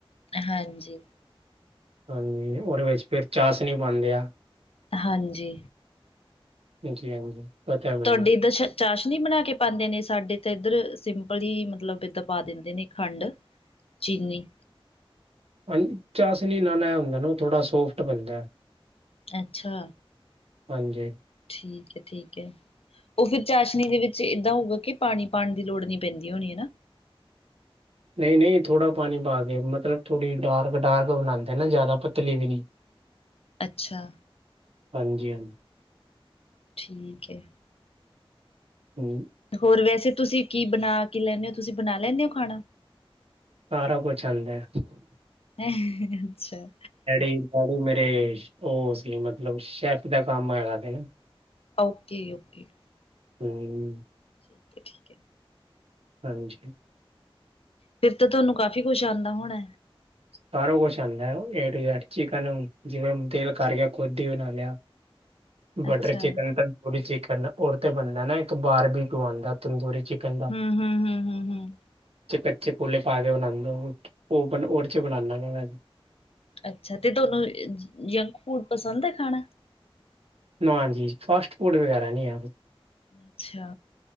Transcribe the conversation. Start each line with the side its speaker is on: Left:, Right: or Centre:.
Left: ਹਾਂਜੀ।
Right: ਹਾਂਜੀ, ਓਦੇ ਵੇਚ ਫੇਰ ਚਾਸ਼ਨੀ ਪਾਂਦੇ ਆ।
Left: ਹਾਂਜੀ।
Right: ਜੀ ਹਾਂਜੀ। ਪਤਾ ਹੈ ਮੈਨੂੰ
Left: ਤੁਹਾਡੇ ਦਸ਼ ਚਾਸ਼ਨੀ ਬਨਾ ਕੇ ਪਾਂਦੇ ਨੇ ਸਾਡੇ ਤੇ ਏਧਰ ਸਿੰਪਲ ਈ ਮਤਲਬ ਬਿੱਦ ਪਾ ਦਿੰਦੇ ਨੇ ਖੰਡ ਚੀਨੀ
Right: ਹਾਂਜ, ਚਾਸ਼ਨੀ ਨਾਲ ਐ ਹੁੰਦਾ ਨਾ ਓ ਥੋੜਾ ਸੋਫਟ ਬਨਦਾ।
Left: ਅੱਛਾ।
Right: ਹਾਂਜੀ।
Left: ਠੀਕ ਐ, ਠੀਕ ਐ। ਓ ਫੇਰ ਚਾਸ਼ਨੀ ਦੇ ਵਿੱਚ ਏਦਾਂ ਹੋਊਗਾ ਕਿ ਪਾਨੀ ਪਾਨ ਦੀ ਲੋੜ ਨੀ ਪੈਂਦੀ ਹੋਨੀ ਹੈਨਾ
Right: ਨਈ-ਨਈ ਥੋੜਾ ਪਾਨੀ ਪਾਕੇ ਮਤਲਬ ਥੋੜੀ ਡਾਰਕ ਡਾਰਕ ਬਨਾਂਦੇ ਨਾ ਜਾਦਾ ਪਤਲੀ ਵੀ ਨੀ <inaudible>
Left: ਅੱਛਾ।
Right: ਹਾਂਜੀ-ਹਾਂਜੀ।
Left: ਠੀਕ ਐ।
Right: ਹੂੰ।
Left: ਹੋਰ ਵੈਸੇ ਤੁਸੀ ਕੀ ਬਨਾ ਕੀ ਲੈਂਨੇ ਓ, ਤੁਸੀ ਬਨਾ ਲੈਂਨੇ ਓ ਖਾਣਾ
Right: ਸਾਰਾ ਕੋਛ ਆਂਦਾ।
Left: ਐਹਂ ਅੱਛਾ।
Right: ਡੈਡੀ, ਡੈਡੀ ਮੇਰੇ ਓ ਸੀ ਮਤਲਬ ਸ਼ੈਫ ਦਾ ਕੰਮ ਹੈਗਾ ਤੇ ਨਾ
Left: ਓਕੇ-ਓਕੇ।
Right: ਹੂੰ।
Left: ਠੀਕ ਐ, ਠੀਕ ਐ।
Right: ਹਾਂਜੀ।
Left: ਫੇਰ ਤੇ ਤੋਨੂੰ ਕਾਫ਼ੀ ਕੋਛ ਆਂਦਾ ਹੋਣਾ।
Right: ਸਾਰਾ ਕੋਛ ਆਂਦਾ, ਏ ਟੂ ਜੈਡ ਚਿਕਨ ਜਿਵੇਂ ਦੇਲ ਕਾਰ ਕੇ ਖੋਦ ਈ ਬਨਾ ਲੇਆ। ਬਟਰ
Left: ਅੱਛਾ।
Right: ਚਿਕਨ, ਤਾਂ ਜੋ ਚਿਕਨ ਓਰ ਤੇ ਬੰਨਾ ਨਾ ਏਕ ਬਾਰਬੀਕਿਊ ਆਂਦਾ। ਤੰਦੂਰੀ ਚਿਕਨ ਦਾ
Left: ਹੂੰ, ਹੂੰ, ਹੂੰ, ਹੂੰ, ਹੂੰ।
Right: ਕੱਚੇ ਕੋਲੇ ਪਾਕੇ ਬਨਾਨਾ ਉਹਨੂੰ, ਓ ਬਨ ਓਦੇ ਚ ਬਨਾਨਾ ਮੈਂ
Left: ਅੱਛਾ, ਤੇ ਤੋਨੂੰ ਜੰਕ ਫੂਡ ਪਸੰਦ ਏ ਖਾਣਾ?
Right: ਨਾ ਜੀ, ਫਾਸਟ ਫੂਡ ਵਗੈਰਾ ਨੀ ਐ।
Left: ਅੱਛਾ।